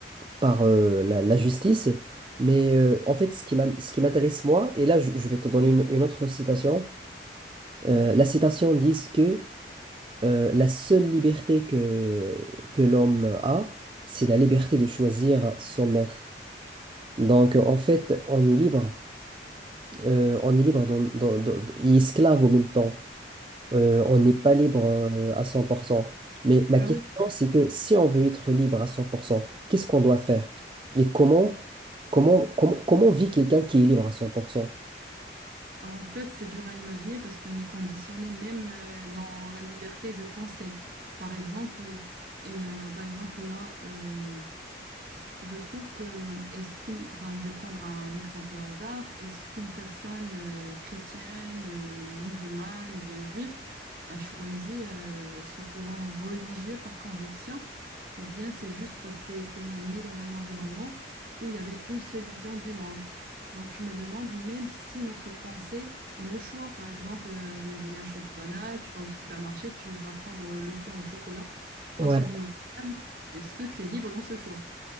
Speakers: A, on the right; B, on the right.
A: par, euh, la, la justice. Mais euh, en fait, ce qui m'in- ce qui m'intéresse, moi, et là, je, je vais te donner une, une autre citation. Euh, la citation dit que euh, la seule liberté que, que l'homme a, c'est la liberté de choisir son maître. Donc, en fait, on est libre. Euh, on est libre, dans- dans- dans- et esclave en même temps. Euh, on n'est pas libre euh, à 100%. Mais ma
B: Ben
A: question,
B: oui.
A: c'est que si on veut être libre à 100%, qu'est-ce qu'on doit faire? Et comment, comment, comment, comment vit quelqu'un qui est libre à 100%?
B: En fait, c'est dur à imaginer parce qu'on est conditionné même euh, dans la liberté de penser. Par exemple, et euh, par exemple là, euh, Je trouve que, est-ce qu'une, enfin, je vais prendre un exemple au hasard, est-ce qu'une personne euh, chrétienne, euh, musulmane ou bien juif a choisi euh, ce courant religieux par conviction, ou bien c'est juste parce qu'elle était née dans un environnement où il y avait une seule vision du monde? Donc je me demande, même si notre pensée et nos choix, par exemple, euh, je vais donner un choix tout banal, tu vas au supermarché, tu vas prendre le flan au chocolat,
A: Ouais,
B: pas celui au pain, est-ce que tu es libre dans ce choix?